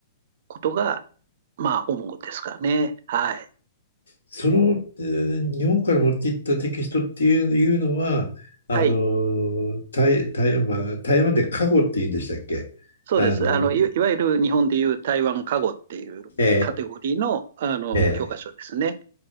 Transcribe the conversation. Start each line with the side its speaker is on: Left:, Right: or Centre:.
Right: ことが、まあ、主ですかね。はい。
Left: その、えー日本から持っていったテキストっていう、いうのは、あの、
Right: はい。
Left: 台、台湾、まあ台湾で過去って言うんでしたっけあの、
Right: そうです。あの、い、いわゆる日本でいう台湾カゴっていうカテゴリーの、
Left: え
Right: あの、
Left: え、ええ、え
Right: 教科書ですね。